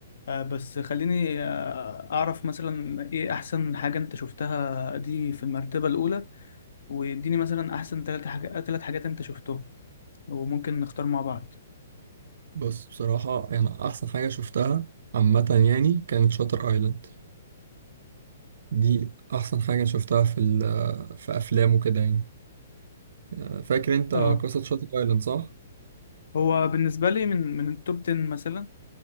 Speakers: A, on the left (about 70°); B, on the right (about 65°).
A: آه، بس خليني آه، اعرف مثلا ايه احسن حاجة انت شفتها دي في المرتبة الاولى واديني مثلا احسن ثلاث حاجات ثلاث حاجات انت شفتهم وممكن نختار مع بعض
B: بص بصراحه انا احسن حاجه شفتها عامه يعني كانت شاتر ايلاند دي احسن حاجه شفتها في ال- آه، في افلام وكده يعني آه، فاكر انت
A: اه
B: قصه شاتر ايلاند صح
A: هو بالنسبة لي من من التوب 10 مثلا